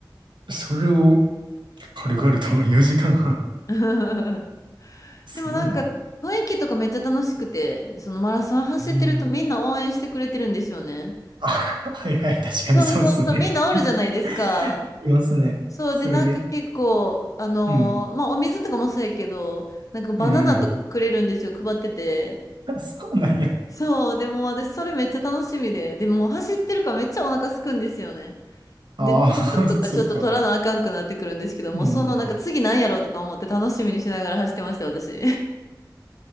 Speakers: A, on the right (about 75°); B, on the left (about 45°).
A: それを軽々と <laughs> 4時間半。
B: <laughs>
A: すごいな。
B: でもなんか雰囲気とかめっちゃ楽しくて、そのマラソン走ってるとみんな応援してくれてるんですよね。
A: えーあ、<laughs> はいはい、確かにそうですね。
B: そうそうそう、みんなおるじゃないですか。
A: <laughs> いますね。
B: そうでなんか結構あのーまあお水とかもそうやけどなんかバナナとかくれるんですよ配ってて
A: それで、うん、うん、うん。あそうなんや。
B: そうでも私それめっちゃ楽しみででも走ってるからめっちゃお腹すくんですよね
A: ああ、
B: で糖分とかちょっと取らなあかんくなってくるんですけどもそのなんか次なんやろうとか思って楽しみにしながら走ってました私
A: <laughs> そうか。うん、うん。